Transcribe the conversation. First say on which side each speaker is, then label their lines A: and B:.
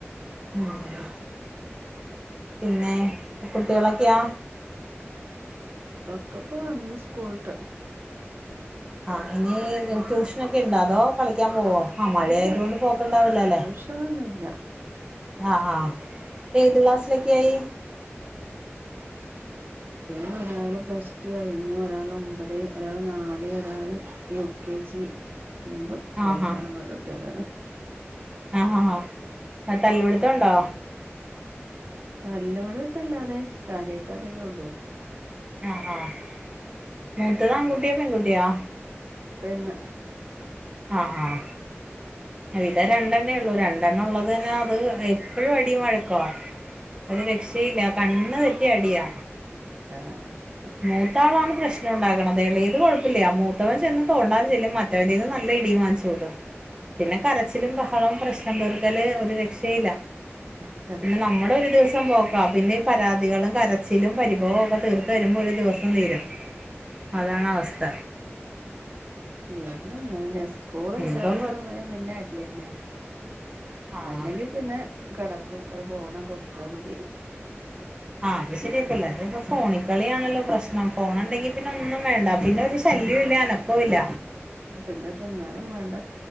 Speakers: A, on the right; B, on the right.
A: ഉം പിന്നെ കുട്ടിളൊക്കെയാ?
B: ഒക്കെ ഇപ്പ വന്ന് സ്കൂള്ട്ട്.
A: ആ ഇനി ട്യൂഷനൊക്കെ ണ്ടോ അതോ കളിക്കാൻ പോവോ? ആഹ് മഴ
B: ഇല്ല
A: ആയത് കൊണ്ട് പോക്കണ്ടാവല്ലല്ലേ?
B: ട്യൂഷനൊന്നുല്ല
A: ആഹ് ആഹ് ഏത് ക്ലാസിലൊക്ക ആയി?
B: കുട്ട്യൾ ഒരാള് പ്ലസ് ടു കഴിഞ്ഞു ഒരാൾ ഒമ്പത് ഒരാൾ നാല് ഒരാള് യു കെ ജി എൻ്റെ ട്ട്യളല്ലട്ടോ
A: ആഹാ
B: ആങ്ങളുടെ ട്ട്യളാണ്.
A: ആ ഹാ ഹാ ത തല്ല് വിടുത്ത ണ്ടോ?
B: നല്ലോടെത്തല്ലാതെ കാര്യയിട്ട അതെല്ല ള്ളൂ.
A: ആഹ് ആഹ് മൂത്തതാ ആൺകുട്ട്യാ പെൺകുട്ടിയാ?
B: പെണ്ണ്
A: ആഹ ആ ഇത രണ്ടെണ്ണേ ഉള്ളു രണ്ടെണ്ണ ഉള്ളത് തന്നെ അത് എപ്പോഴും അടിയും മഴക്കവാ. ഒരുത് രക്ഷയില്ല കണ്ണ് തെറ്റിയ അടിയാ
B: ആഹ്
A: മൂത്താളാണ് പ്രശ്നം ഉണ്ടാക്കണതേള്ള ഇത് കുഴപ്പില്ല മൂത്തവൻ ചെന്ന് തോണ്ടാൻ ചെല്ല റ്റന്ന് നല്ല ഇടി വാങ്ങിച്ചുട്ടും പിന്നെ കരച്ചിലും ബഹളവും പ്രശ്നം തോറിക്കാല് ഒരു രക്ഷയില്ല
B: ആഹ
A: പിന്നെ നമ്മുടെ ഒരു ദിവസം പോക്കുക പിന്നെ ഈ പരാതികളും കരച്ചിലും പരിഭവവും ഒക്കെ തീർത്ത വരുമ്പോൾ ഒരു ദിവസം തീരം അതാണ് അവസ്ഥ
B: <unintelligible> സ്കൂള
A: ഇനിയിപ്പോ
B: ഇല്ലാത്ത സമയം പിന്നെ അടന്നെ
A: ആഹ്
B: അല്ലെങ്കിൽ പിന്നെ കിടക്കും ഒരു ഫോണം കൊടുത്താ മതി.
A: ആഹ അത് ശരിയപ്പല്ല ഇപ്പ ഫോണിൽ കളിയാണല്ലോ പ്രശ്നം ഫോണ ഉണ്ടെങ്കിൽ പിന്നെ ഒന്നും വേണ്ട പിന്നെ ഒരു ശല്യം ഇല്ല അനക്കം ഇല്ല.
B: പിന്നെ തിന്നാനും വേണ്ട